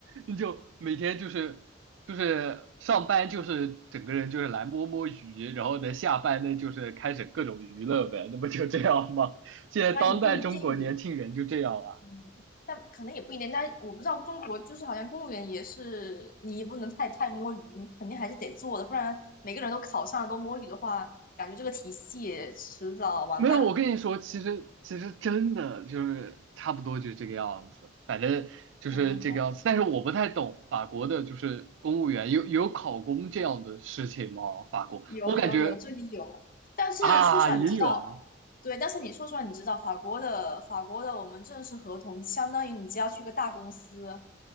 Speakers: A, on the right (about 70°); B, on the left (about 45°).
A: 你就每天就是就是上班就是整个人就是来摸摸鱼，然后呢下班呢就是开始各种娱乐呗，那不就这样吗？<laughs> 现在当代中国年轻人就这样啊？
B: 但也不一定，嗯，但可能也不一定，但我不知道中国就是好像公务员也是，你也不能太太摸鱼，你肯定还是得做的，不然每个人都考上了都摸鱼的话，感觉这个体系迟早完蛋。
A: 没有，我跟你说，其实其实真的就是差不多就是这个样子，反正就是这个样子。
B: 嗯
A: 但是我不太懂法国的，就是公务员有有考公这样的事情吗？法国，
B: 有有有，
A: 我感觉
B: 这里有。但是说实话，
A: 啊也有啊，
B: 你知道，对，但是你说出来，你知道法国的法国的我们正式合同，相当于你只要去个大公司，